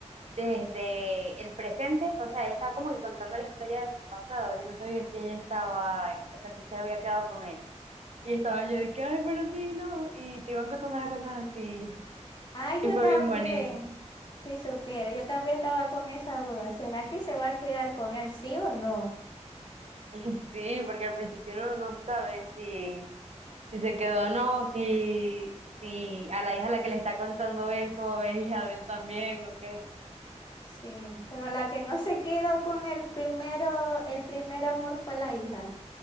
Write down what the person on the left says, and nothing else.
Ay,
yo
también,
si supiera, yo también estaba con esa duda. ¿Será que se va a quedar con él, sí o no?
Sí, pero la que no se quedó con el primero, el primer amor fue la hija.